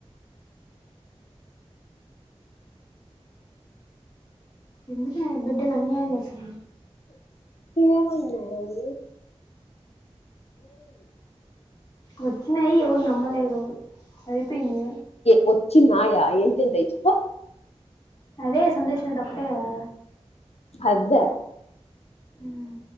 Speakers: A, on the left; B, on the left.
A: ఎందుకే బిడ్డని అన్యాయం చేస్తా
B: ఏమైంది ఆరోజు
A: వచ్చినాయి ఎవరు నమ్మలేదు అయిపోయింది
B: ఏ వచ్చి నాయ ఏంటి ఎంతయి చప్ప
A: అదే సంతోష న్నది ఒకటే కదా
B: అద
A: మ్,